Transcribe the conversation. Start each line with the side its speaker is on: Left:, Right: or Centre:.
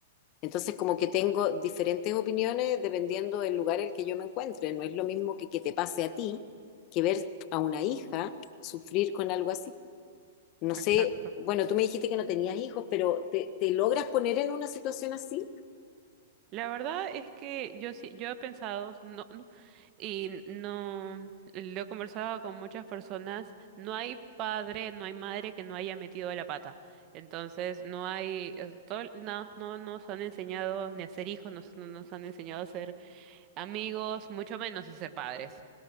Left: Entonces, como
Right: Claro.
Left: que tengo diferentes opiniones dependiendo del lugar en el que yo me encuentre. No es lo mismo que que te pase a ti que ver a una hija sufrir con algo así. No sé,
Right: Exacto.
Left: bueno, tú me dijiste que no tenías hijos, pero ¿te, te logras poner en una situación así?
Right: La verdad es que yo sí, yo he pensado, no, no, y no, lo he conversado con muchas personas, no hay padre, no hay madre que no haya metido la pata. Entonces, no hay, eh, todo- no, no no nos han enseñado ni a ser hijos, no, no nos han enseñado a ser amigos, mucho menos a ser padres.